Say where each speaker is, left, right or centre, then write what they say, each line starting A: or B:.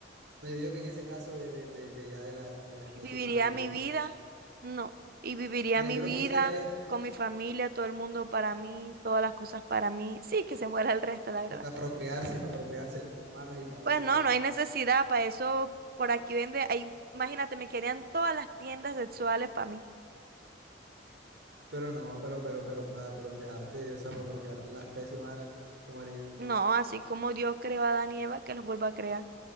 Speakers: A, on the right (about 75°); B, on the right (about 50°).
A: no, yo digo que en ese caso de, de, de, de ya de la, de la especie
B: Y viviría
A: humana, yo
B: mi
A: pues,
B: vida, no. Y viviría
A: mira,
B: mi
A: yo
B: vida
A: lo que quisiera es
B: con mi familia, todo el mundo para mí, todas las cosas para mí. Sí, que se muera el resto, la verdad.
A: Y para procrearse, y para procrearse entre hermanos y papás
B: Pues
A: y
B: no,
A: todo.
B: no hay necesidad para eso. Por aquí vende, ahí, imagínate, me querían todas las tiendas sexuales para mí.
A: Pero no, pero, pero, pero para procrearte, o sea, para procrear la especie humana, cómo haría?
B: No, así como Dios creó a Adán y Eva, que los vuelva a crear.